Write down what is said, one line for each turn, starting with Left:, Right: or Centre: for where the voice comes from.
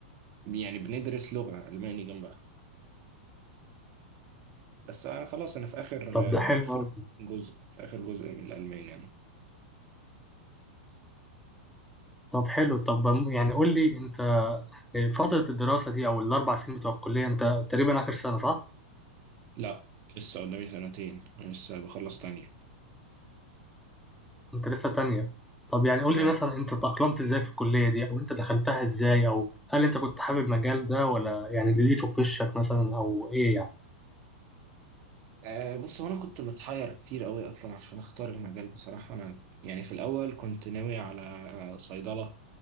Right: يعني بندرس لغة ألماني جنبها بس آه، خلاص انا في اخر
Centre: طب
Right: آه،
Centre: ده حلو
Right: اخر
Centre: أوي.
Right: جزء في اخر جزء من الألماني انا
Centre: طب حلو طب يعني قول لي انت آه، فتره الدراسه دي او الاربع سنين بتوع الكليه انت تقريبا اخر سنه صح
Right: لا لسه قدامي سنتين انا لسه بخلص تانية
Centre: انت لسه تانية طب يعني قول
Right: اه
Centre: لي مثلا انت تأقلمت ازاي في الكلية دي او انت دخلتها ازاي او هل انت كنت حابب المجال ده ولا يعني اللي لقيته في وشك مثلا او ايه يعني
Right: أه بص هو انا كنت متحير كتير قوي اصلا عشان اختار المجال بصراحه انا يعني في الاول كنت ناوي على آه، صيدله